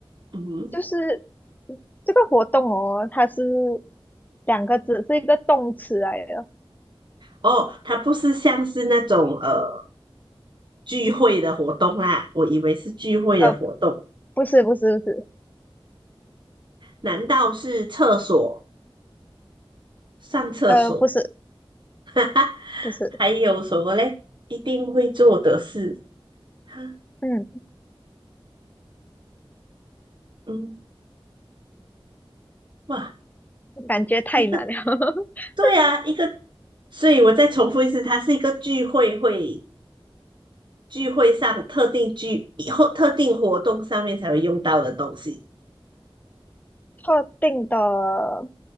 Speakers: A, on the right (about 55°); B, on the left (about 20°).
A: 嗯哼。
B: 就是这个活动哦，它是两个字，是一个动词来的，
A: 哦，它不是像是那种呃聚会的活动啦，我以为是聚会的活动，
B: 呃，不是，不是，不是，
A: 难道是厕所上厕所？
B: 呃，不是，
A: <laughs> 哈哈
B: 不是，
A: 还有什么嘞？一定会做的事，哈，
B: 嗯，
A: 嗯，哇，
B: 感觉太难了，
A: 一个
B: <laughs>
A: 对啊，一个，所以我再重复一次，它是一个聚会会聚会上特定聚或特定活动上面才会用到的东西。
B: 特定的，